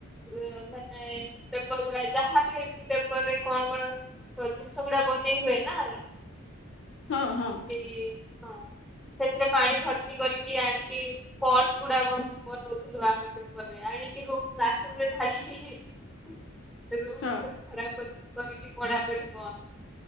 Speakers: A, in the centre; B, on the left.
A: ମାନେ ପେପର୍ ଗୁଡା ଯାହାବି ଏମିତି ପେପରରେ କଣ କଣ ତ ଜିନିଷ ଗୁଡା ବନେଇ ହୁଏ ନାଇଁ?
B: ହଁ- ହଁ।
A: କି ହଁ ସେଥିରେ ପାଣି ଭର୍ତ୍ତି କରିକି ଆଣିକି ପର୍ସ ଗୁଡା ବନ୍- ବନୋଉଥିଲୁ ଆମେ ପେପର୍ ରେ ଆଣିକି ରୁମ୍ କ୍ଲାସ୍ ରୁମ୍ ରେ ଢାଳିକି ହି ହି ରୁମ୍
B: ହଁ।
A: ପୁରା ଖରାପ୍ କରିକି ପଢାପଢି ବନ୍ଦ୍।